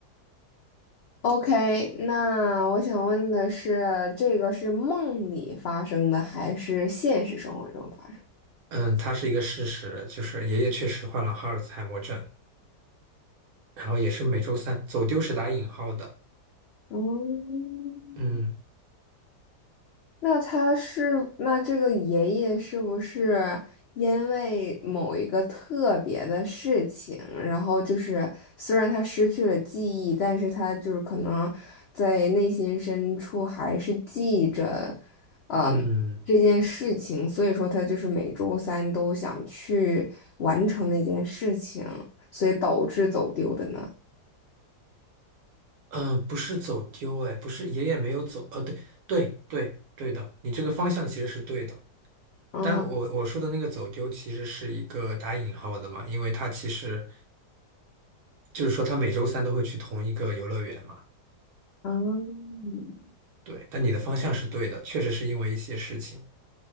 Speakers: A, on the left (about 85°); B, on the right (about 65°).
A: OK，那我想问的是，这个是梦里发生的还是现实生活中发生的？
B: 嗯，它是一个事实，就是爷爷确实患了哈尔茨海默症，然后也是每周三，走丢是打引号的。
A: 嗯
B: 嗯
A: 那他是，那这个爷爷是不是因为某一个特别的事情，然后就是虽然他失去了记忆，但是他就是可能在内心深处还是记着，嗯，
B: 嗯
A: 这件事情，所以说他就是每周三都想去完成那件事情，所以导致走丢的呢。
B: 嗯，不是走丢，哎，不是爷爷没有走，呃，对对对对的，你这个方向其实是对的，
A: 嗯
B: 但我我说的那个走丢其实是一个打引号的嘛，因为他其实就是说他每周三都会去同一个游乐园嘛，
A: 嗯，
B: 对，但你的方向是对的，确实是因为一些事情，